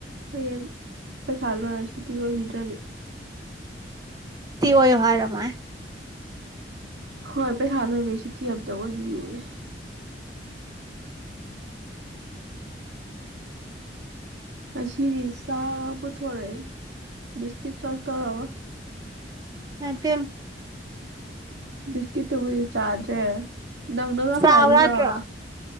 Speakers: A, on the right; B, on the right.
A: ꯍꯌꯦꯡ ꯄꯩꯈꯥ ꯂꯣꯏꯔ ꯁꯨꯇꯤ ꯑꯣꯏꯕꯤꯗ꯭ꯔꯗꯤ
B: ꯁꯨꯇꯤ ꯑꯣꯏꯌꯨ ꯍꯥꯏꯔꯣ ꯃꯣꯏ
A: ꯍꯣꯏ ꯄꯩꯈꯥ ꯂꯣꯏꯕꯩ ꯁꯨꯇꯤ ꯑꯝꯇ ꯑꯣꯏꯕꯤꯌꯨꯑꯦ ꯑꯁꯤꯖꯤ ꯆꯥ ꯄꯨꯊꯣꯔꯛꯑꯦ ꯕꯤꯁꯀꯤꯠ ꯈꯛ ꯇꯥꯔꯕ
B: ꯃꯥꯏ ꯄꯦꯝꯃꯥ
A: ꯕꯤꯁꯀꯤꯠ ꯇꯨꯕꯨꯗꯤ ꯆꯥꯗ꯭ꯔꯦ ꯅꯪꯅꯒ
B: ꯆꯥꯎ
A: ꯍꯥꯏꯔꯨꯕ꯭ꯔꯥꯕ
B: ꯌꯥꯗ꯭ꯔꯣ